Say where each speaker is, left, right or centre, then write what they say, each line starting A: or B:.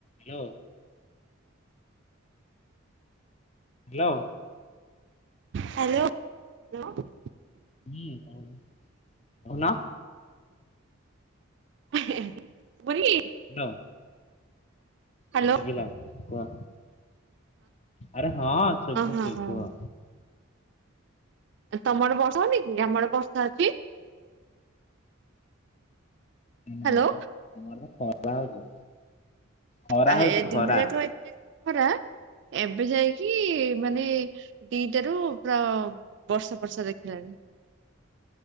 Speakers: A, on the left; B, on the right.
A: Hello. Hello.
B: Hello hello.
A: ହୁଁ କଉନ?
B: <inaudible>
A: Hello
B: hello
A: ସୁବିଲା କୁହ? ଆରେ ହଁ ଶୁଭୁଚି
B: ହଁ ହଁ
A: କୁହ?
B: ତମର ବର୍ଷା ହଉନି କି ଆମର ବର୍ଷା ଅଛି। ହ୍ୟାଲୋ
A: ନାଇଁ ଆମର ତ ଖରା ହଉଛି ଖରା
B: ଆ
A: ହଉଛି
B: ଏ ଦିନ
A: ଖରା।
B: ଯାକ ଏତେ ଖରା ଏବେ ଯାଇକି ମାନେ ଦିଟାରୁ ପୁରା ବର୍ଷା ବର୍ଷା ଦେଖିଲାଣି।